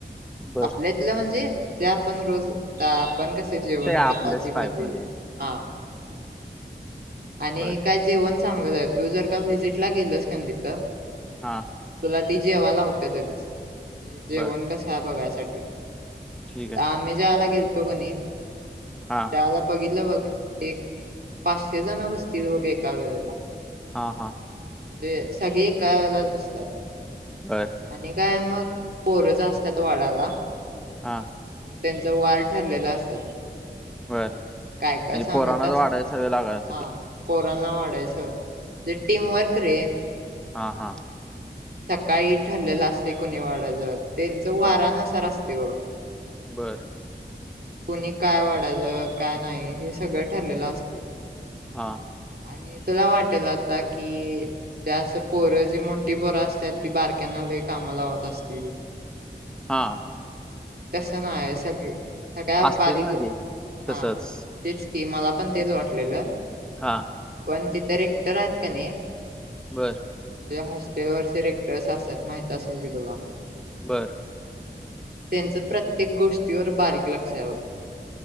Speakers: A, in the centre; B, on the right (about 60°).
A: बर
B: आपल्या इतलं म्हणजे जे आपण रोज आपण कस ते जेवण
A: आपल्याच
B: चपाती भाजी
A: टाईप मध्ये आहे.
B: हा आणि
A: बरं.
B: काय जेवण चांगलं आहे तू जर का व्हिजिटला गेलोस कान तिथ
A: हा.
B: तुला ती जेवालावत्यातच जेवण
A: बरं.
B: कसं आहे बघायसाठी.
A: ठीक आहे.
B: आम्ही जेवायला गेलतो कणी
A: हा.
B: त्याला बघितलं बघ एक पाचशे जण बसतील बघ एका वेळेला.
A: हा हा.
B: म्हणजे सगळे एकालाच असतात.
A: बर.
B: आणि काय मग पोरच असतात वाडायला.
A: हा.
B: त्यांचा वार ठरलेला असतात.
A: बरं.
B: काय काय
A: म्हणजे
B: सांगत
A: पोरांनाच
B: अस
A: वाढायची सवय लागायसाठी.
B: हा. पोरांना वाढायचं ते टीम वर्क रे.
A: हा हा.
B: सकाळी ठरलेलं असते कुणी वाढायचं त्यांचं वारानुसार
A: हां.
B: असते बघ.
A: बरं.
B: कुणी काय वाढायचं काय नाही हे सगळं ठरलेलं असते.
A: हा.
B: आणि तुला वाटेल आता कि म्हणजे अस पोरं जी मोठी पोरं असत्यात ती बारक्यांना लई काम लावत असतील
A: हा.
B: तस नाय सगळे सगळ्या
A: असतेच
B: बारीक
A: ना ते.
B: हा.
A: तसंच.
B: तेच की मला पण तेच वाटलेलं.
A: हा.
B: पण तिथ रेक्टर आहेत का नाही
A: बरं.
B: जे हॉस्टेलवरचे रेक्टर्स असतात माहित असेल की तुला
A: बरं.
B: त्यांचं प्रत्येक गोष्टीवर बारीक लक्ष आहे बघ.